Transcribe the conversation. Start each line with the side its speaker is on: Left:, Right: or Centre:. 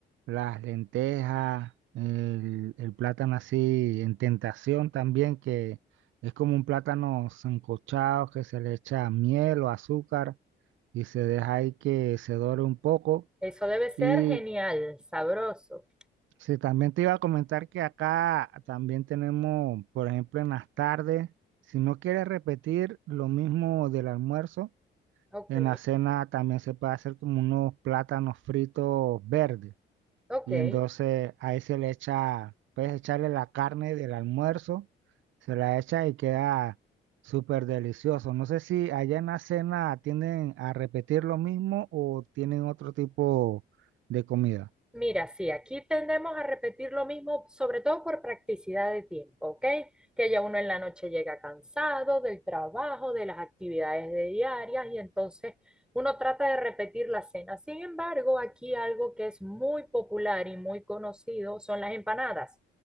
Right: las lentejas, el, el plátano así en tentación también, que es como un plátano sancochado que se le echa miel o azúcar y se deja ahí que se dore un poco.
Centre: Eso debe ser
Right: Y
Centre: genial, sabroso.
Right: sí, también te iba a comentar que acá también tenemos, por ejemplo, en las tardes, si no quieres repetir lo mismo del almuerzo,
Centre: Ok,
Right: en la cena también se puede hacer como unos plátanos fritos verdes.
Centre: ok.
Right: Y entonces ahí se le echa, puedes echarle la carne del almuerzo, se la echa y queda súper delicioso. No sé si allá en la cena tienden a repetir lo mismo o tienen otro tipo de comida.
Centre: Mira, sí, aquí tendemos a repetir lo mismo, sobre todo por practicidad de tiempo, ¿ok? Que ya uno en la noche llega cansado del trabajo, de las actividades de diarias y entonces uno trata de repetir la cena. Sin embargo, aquí algo que es muy popular y muy conocido son las empanadas,